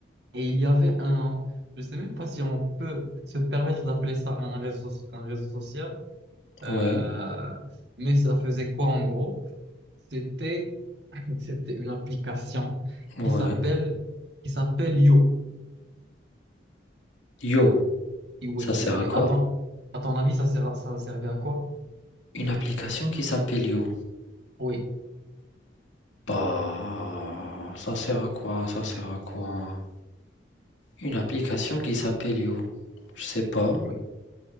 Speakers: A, on the right; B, on the left.
A: Et il y avait un, je sais même pas si on peut se permettre d'appeler ça un réseau, un réseau social, euh,
B: ouais,
A: mais ça faisait quoi en gros? C'était, <laughs> c'était une application
B: ouais.
A: qui s'appelle, qui s'appelle Yo.
B: Yo,
A: Et, oui,
B: ça
A: Yo.
B: sert à
A: Et
B: quoi?
A: à ton, à ton avis, ça, sert- ça servait à quoi?
B: Une application qui s'appelle Yo.
A: oui
B: Bah, ça sert à quoi? Ça sert à quoi? Une application qui s'appelle Yo. Je sais pas.
A: Oui.